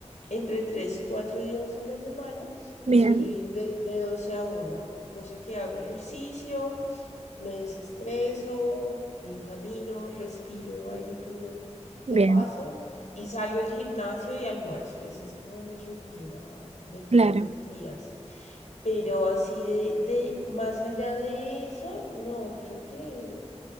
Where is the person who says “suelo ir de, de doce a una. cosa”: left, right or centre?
Left